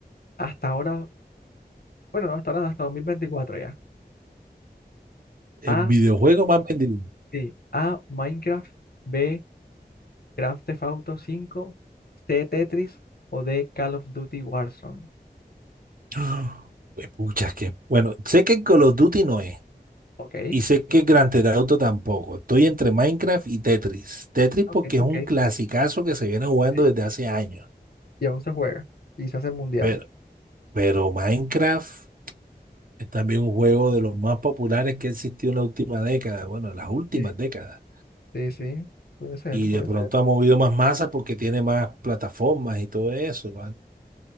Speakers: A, on the left; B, on the right.
A: hasta ahora? Bueno, no hasta ahora, no, hasta 2024 ya.
B: El
A: A,
B: videojuego más vendido.
A: sí. A, Minecraft. B, Grand Theft Auto 5. C, Tetris. O D, Call of Duty Warzone.
B: ¡Ah! Pues, Pucha, que bueno, sé que Call of Duty no es.
A: Ok.
B: Y sé que Grand Theft Auto tampoco. Estoy entre Minecraft y Tetris. Tetris porque
A: Ok, ok.
B: es un clasicazo que se viene jugando
A: Sí.
B: desde hace años.
A: Y aún se juega. Y se hacen mundiales.
B: Pero, pero Minecraft es también un juego de los más populares que ha existido en la última década. Bueno, en las últimas
A: Sí,
B: décadas.
A: sí, sí, puede ser,
B: Y
A: puede
B: de pronto
A: ser.
B: ha movido más masa porque tiene más plataformas y todo eso, ¿vale?